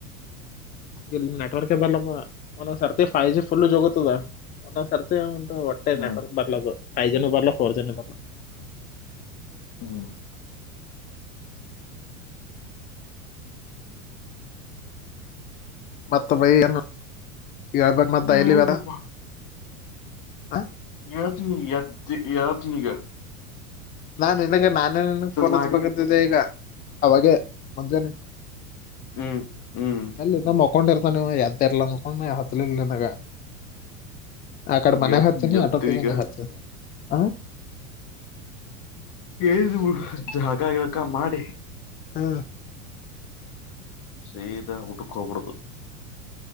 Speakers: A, on the left; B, on the left.
A: ಇಲ್ಲಿ ನೆಟ್ವರ್ಕ್ ಬರ್ಲಾಪ ಒಂದೊಂದ್ ಸತಿ ಫೈ ಜಿ ಜೊಗೊತದ ಒಂದೊಂದ್ ಸರ್ತಿ ಒಂದು ಹೊಟ್ಟೆ
B: ಹ್ಮ್
A: ನೆಟ್ವರ್ಕ್ ಬರ್ಲದು ಫೈ ಜಿನು ಬರ್ಲ ಫೋರ್ ಜಿನು ಬರ್ಲ
B: ಹ್ಮ್
A: ಮತ್ತ ಬೈಎನು ಹೇಳ್ಬೇಕ್ ಮತ್ ದೈಲಿವರ
B: ಏನಪ್ಪಾ
A: ಹ
B: ಏಳ್ತಿನ್ ಎದ್ದ್ ಏಳ್ತಿನ್ ಇಗ
A: ನಾ ನಿನಗ್ ನಾನೇ ನಿನಗ್ ಫೋನ್ ಹಚ್ಬೇಕಂತಿದ್ದೆ
B: ಮಾಡಿ
A: ಈಗ ಅವಾಗೆ ಮುಂಜಾನೆ
B: ಹ್ಮ್ ಹ್ಮ್
A: ಎಲ್ಲಿ ನಮೊ ಕೊಂಡಿರ್ತನೆವ ಎದೆ ಇರ್ಲ್ಲವ ಕೋಂ ಹತ್ಲಿಲ್ನನಗ. ಆಕಡೆ ಮನಿ
B: ಹೇಳ್ತೀನಿ
A: ಹಚ್ಚಿನಿ
B: ಎದ್ದು
A: ಆಟೋತ್ತಿಗೆ
B: ಈಗ
A: ನೀ ಹಚ್ಚಿ ಹಾ
B: <unintelligible> ಬಿಡು ಜಲಕ ಗಿಲಕ ಮಾಡಿ
A: ಹಾ
B: ಸೀದಾ ಉಟುಕೊಬುಡುದು